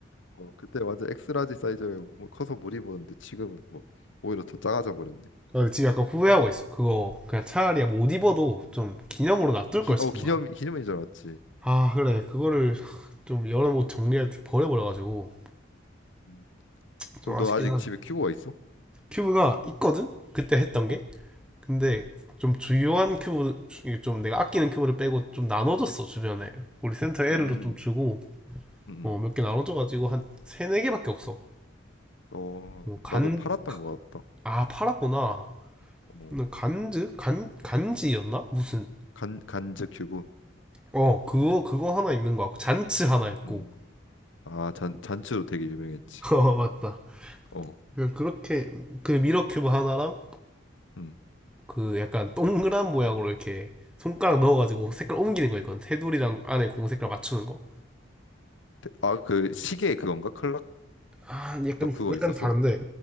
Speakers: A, on the left; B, in the centre.
A: 어 그때 완전 엑스라지 사이즈에 몸- 커서 못 입었는데 지금은 뭐 오히려 더 작아져 버렸네
B: 아, 지금 약간 후회하고 있어. 그거 그냥 차라리 못 입어도 좀 기념으로
A: 어
B: 놔둘
A: 기
B: 걸 싶은
A: 어 기념
B: 거야.
A: 기념일인 줄 알았지
B: 아 그래 그거를 좀 여러 모 정리할 때 버려버려가지고
A: 음.
B: 좀
A: 그럼
B: 아쉽긴
A: 너 아직
B: 하죠
A: 집에 큐브가 있어?
B: 큐브가 있거든 그때 했던 게
A: 어
B: 근데 좀 주요한 큐브 주- 좀 내가 아끼는 큐브를 빼고 좀 나눠줬어 주변에 우리 센터 애도좀
A: 음,
B: 주고
A: 음,
B: 어,
A: 음.
B: 몇 개 나눠줘가지고 한 세네 개밖에 없어
A: 어,
B: 뭐간아
A: 나도 팔았던 것 같다.
B: 팔았구나
A: 어,
B: 근데 간즈 간 간지였나 무슨
A: 간, 간즈 큐브.
B: 어 그거 그거 하나 있는 거 같고 잔츠 하나 있고
A: 음, 아, 잔, 잔츠도 되게 유명했지.
B: <laughs> 어 맞다
A: 어,
B: 그냥 그렇게 그 미러 큐브 하나랑
A: 음.
B: 그 약간 동그란 모양으로 이렇게 손가락 넣어가지고 색깔 옮기는 거 있거든. 테두리랑 안에 공 색깔 맞추는 거.
A: 아, 그 시계 그건가? 클락?
B: 아, 약간
A: 너 그거
B: 약간
A: 있었어?
B: 다른데